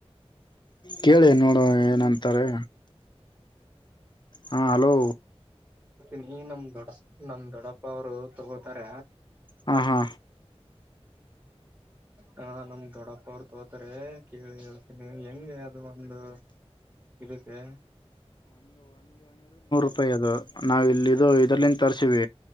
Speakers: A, on the left (about 45°); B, on the right (about 15°).
A: ಕೇಳನು ನೋಡೋ ಏನಂತಾರೆ ಹಾಂ ಹಲೋ
B: ನಿ ನಮ ದೊಡ್ಡ ನಮ್ ದೊಡ್ಡಪ್ಪ ಅವರು ತಗೋತಾರ
A: ಹಾ ಹಾ
B: ಹ ನಮ್ದ ದೊಡ್ಡಪ್ಪ ಅವರು ತೋತಾರೆ ಕೇಳಿ ಹೇಳ್ತೀನಿ ಹೆಂಗೆ ಅದು ಒಂದು ಇದಕ್ಕೆ
A: ಪ್ಪೈ ಅದು ನಾವವು ಇಲ್ಲಿಿದದು ಇದ್ರಲ್ಲಿಂದ ತರಿಸೀವಿ